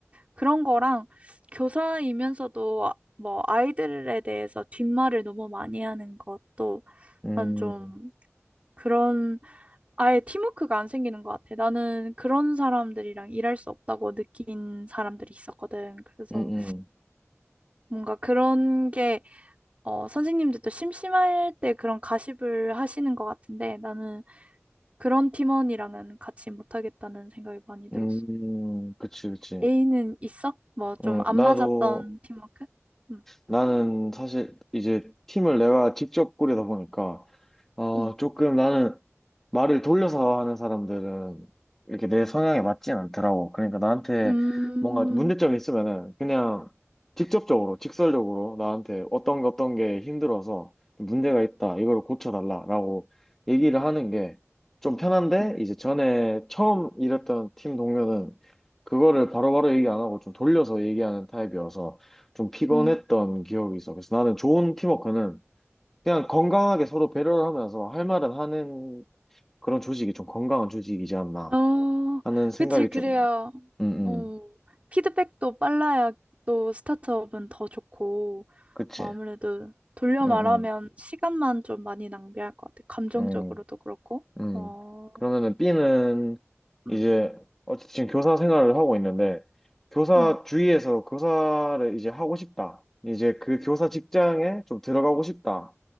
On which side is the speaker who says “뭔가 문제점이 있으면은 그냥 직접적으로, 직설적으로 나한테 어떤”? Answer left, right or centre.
Centre